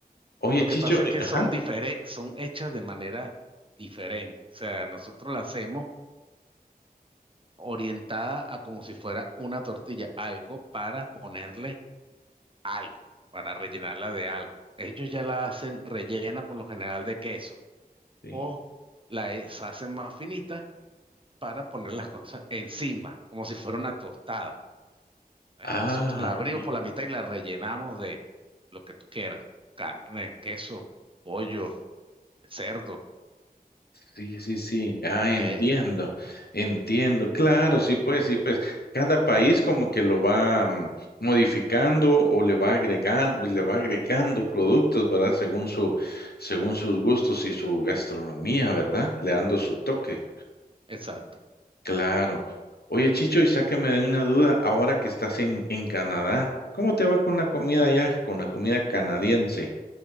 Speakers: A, on the left; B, on the right.
A: oye,
B: Lo que
A: Chicho,
B: pasa es
A: eh,
B: que
A: ajá.
B: son diferentes, son hechas de manera diferente. O sea, nosotros la hacemos orientada a como si fuera una tortilla, algo para ponerle algo, para rellenarla de algo. Ellos ya la hacen rellena por lo general de queso
A: Sí.
B: o la es- hacen más finita para poner las cosas encima, como si fuera una tostada. ¿eh?
A: Ah,
B: Nosotros la
A: ok,
B: abrimos por la mitad y la rellenamos de lo que tú quieras. Carne, queso, pollo, cerdo.
A: sí, sí, sí. Ah, entiendo.
B: eh,
A: Entiendo. Claro, sí, pues, sí, pues. Cada país como que lo va mm, modificando o le va agregando, le va agregando productos, ¿verdad? Según su según sus gustos y su gastronomía, ¿verdad? Le dando su toque.
B: exacto.
A: Claro. Oye, Chicho, y sáqueme de una duda, ahora que estás en, en Canadá, ¿cómo te va con la comida allá, con la comida canadiense?